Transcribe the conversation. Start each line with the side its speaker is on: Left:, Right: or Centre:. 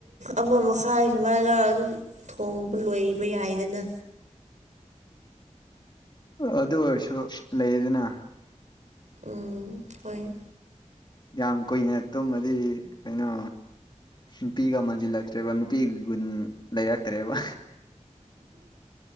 Right: ꯑꯃ ꯃꯈꯥꯏ ꯁꯨꯃꯥꯏꯅ ꯑꯗꯨꯝ ꯊꯣꯡꯕ ꯂꯣꯏꯕ ꯌꯥꯏꯗꯅ
Left: ꯑꯗꯨ ꯑꯣꯏꯔꯁꯨ ꯂꯩꯗꯅ
Right: ꯎꯝ ꯍꯣꯏ
Left: ꯌꯥꯝ ꯀꯨꯏꯅ ꯇꯨꯝꯃꯗꯤ ꯀꯩꯅꯣ ꯅꯨꯄꯤꯒ ꯃꯁꯤꯜꯂꯛꯇ꯭ꯔꯦꯕ ꯅꯨꯄꯤꯒꯤ ꯒꯨꯟ ꯂꯩꯔꯛꯇ꯭ꯔꯦꯕ